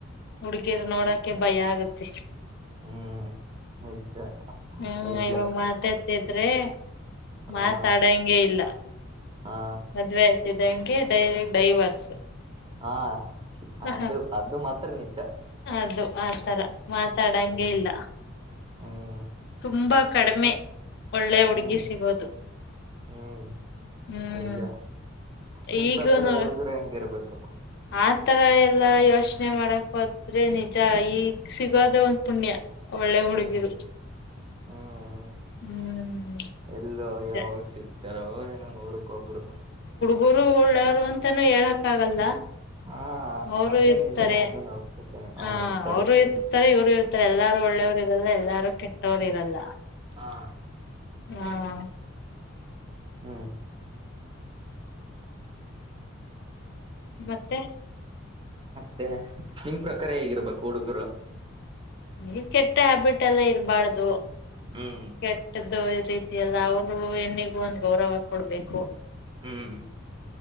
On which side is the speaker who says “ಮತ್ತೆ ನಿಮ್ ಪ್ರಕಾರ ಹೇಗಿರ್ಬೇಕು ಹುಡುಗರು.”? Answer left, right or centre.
Right